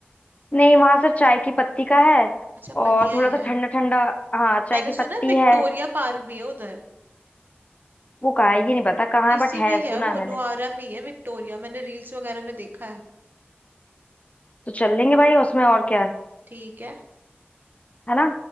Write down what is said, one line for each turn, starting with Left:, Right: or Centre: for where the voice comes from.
Left: नहीं वहां से चाय की पत्ती का है
Right: अच्छा पतिया
Left: और थोड़ा
Right: ही है
Left: सा ठंडा ठंडा हाँ चाय
Right: मैंने
Left: की
Right: सुना
Left: पत्ती
Right: विक्टोरिया
Left: है
Right: पार्क भी है उधर
Left: वो कहाँ है ये नहीं पता कहाँ है
Right: इसी
Left: बट है
Right: में ही
Left: सुना
Right: है वो
Left: है मैंने
Right: नुआरा में ही है विक्टोरिया मैंने रील्स वगैरह में देखा है
Left: तो चल लेंगे भाई उसमें और क्या है
Right: ठीक है
Left: है ना